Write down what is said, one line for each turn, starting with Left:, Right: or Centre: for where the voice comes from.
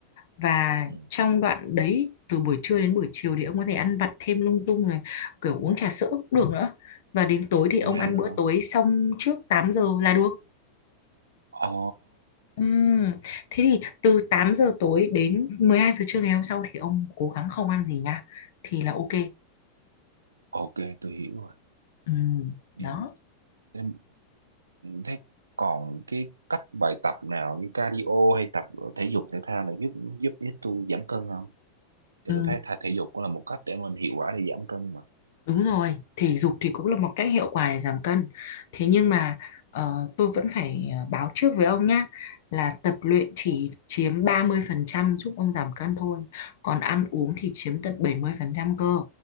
Left: Và
Right: ừ.
Left: trong đoạn đấy, từ buổi trưa đến buổi chiều thì ông có thể ăn vặt thêm lung tung này, kiểu uống trà sữa cũng được nữa. Và đến tối thì
Right: Ủa
Left: ông
Right: vậy
Left: ăn bữa
Right: hả?
Left: tối xong trước 8 giờ là được.
Right: Ồ,
Left: Ừm, Thế thì từ 8 giờ tối đến 12 giờ trưa ngày hôm sau thì ông cố gắng không ăn gì nha. Thì là ok.
Right: ok, tôi hiểu rồi.
Left: Ừ,
Right: Ừ.
Left: đó
Right: Em, thế còn cái cách bài tập nào như cardio hay tập thể dục thể thao này giúp giúp giúp tôi giảm cân không? Thì
Left: ừ,
Right: tôi thấy thể, thể dục cũng là một cách để mình hiệu quả để giảm cân mà.
Left: đúng rồi thể dục thì cũng là một cách hiệu quả để giảm cân thế nhưng mà ờ, tôi vẫn phải ờ, báo trước với ông nhá là tập luyện chỉ
Right: Ờ.
Left: chiếm 30% giúp ông giảm cân thôi còn ăn uống thì chiếm tận 70% cơ